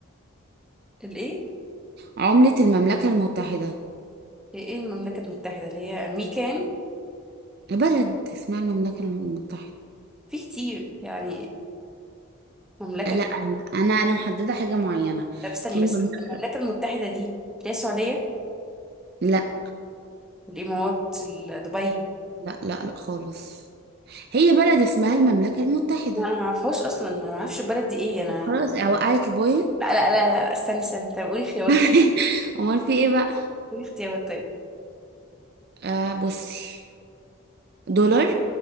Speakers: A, in the centre; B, on the right (about 50°).
A: الايه
B: عملة المملكة المتحدة
A: ايه إيه، إيه المملكة المتحدة اللي هي امريكا يعني
B: بلد اسمها المملكة المتحدة
A: في كتير يعني مملكة
B: لا
A: طب
B: انا انا أنا محددة حاجة معينة
A: استني
B: في
A: بس
B: مملكة
A: المملكة المتحدة دي اللي هي السعودية
B: لا
A: الامارات ال- دبي
B: لا لا لا خالص هي بلد اسمها المملكة المتحدة
A: ما انا ما اعرفهاش اصلا ما انا ما اعرفش البلد دي ايه انا
B: طب خلاص اوقعك البوينت
A: لا لا لا لا استني استني طب قولي خيارات
B: <laughs>
A: طيب.
B: امال في ايه بقى
A: قولي اختيارات طيب.
B: آه بصي دولار